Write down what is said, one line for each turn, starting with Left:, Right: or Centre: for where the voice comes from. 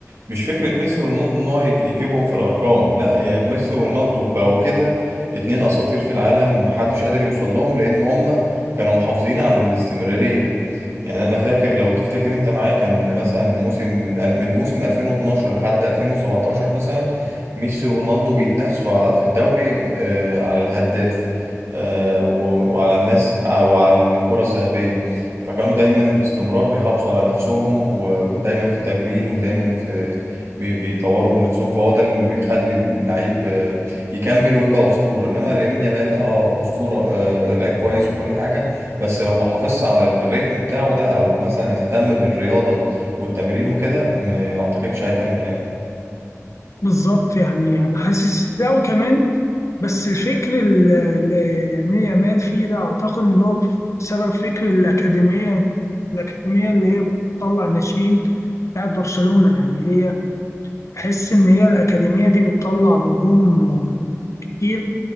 Right: مش فكرة ميسي ورونالدو ان هو هيك- يجيبهم في الارقام لا يا ميسي ورونالدو بقوا كده اتنين اساطير في العالم محدش قادر يوصل لهم لان هم كانوا محافظين على الاستمرارية يعني انا فاكر لو تفتكر انت معايا كان مثلا موسم من ال- من موسم 2012 لحد 2017 مثلا ميسي ورونالدو بيتنافسوا على- في الدوري آه، على الهداف آه، و- وعلى الناس وعلى الكرة الذهبية فكانوا دايما باستمرار بيحافظوا على نفسهم ودايما في تمرين ودايما في بي- بيطوروا من نفسهم فهو ده اللي بيخلي اللعيب آه، يكمل ويبقى أسطورة إنما يمين يامال أه أسطورة آه، لعيب كويس وكل حاجة بس لو ما حافظش على الريتم بتاعه ده أو مثلا اهتم بالرياضة والتمرين وكده م- ما أعتقدش هيكمل يعني
Left: بالظبط يعني أنا حاسس لا وكمان بس الفكر اللي اللي يمين يامال فيه ده أعتقد إن هو بسبب فكر الأكاديمية الأكاديمية اللي هي بتطلع ناشئين بتاعت برشلونة يعني هي تحس إن هي الأكاديمية دي بتطلع نجوم كتير